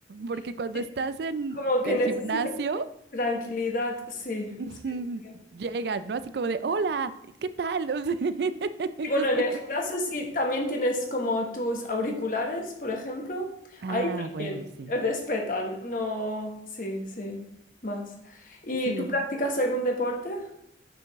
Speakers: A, on the right; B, on the left.
A: Porque
B: <laughs>
A: cuando
B: sí,
A: estás en
B: como que
A: el
B: necesitas
A: gimnasio,
B: tranquilidad. Sí,
A: <laughs> ujú,
B: sí, sí.
A: llegan, ¿no? Así como de, hola, ¿qué tal? <laughs> O sea, <laughs> Entonces,
B: Y bueno, en el gimnasio sí también tienes como tus auriculares, por ejemplo.
A: ah,
B: Ahí también
A: bueno, sí,
B: respetan, no, sí, sí, más. ¿Y
A: sí.
B: tú practicas algún deporte?